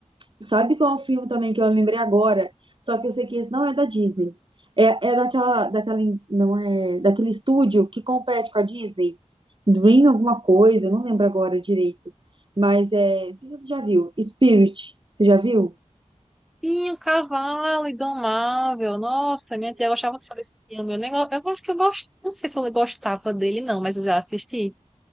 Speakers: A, on the right (about 45°); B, in the centre.
A: Sabe qual é o filme também que eu lembrei agora? Só que eu sei que esse não é da Disney. É, é daquela, daquela, não é, daquele estúdio que compete com a Disney. Dream alguma coisa, não lembro agora direito. Mas é, não sei se você já viu. Spirit, você já viu?
B: Sim, o cavalo indomável. Nossa, minha tia gostava só desse filme. Eu, nem, go- eu gosto que eu gosto. Não sei se eu gostava dele, não, mas eu já assisti.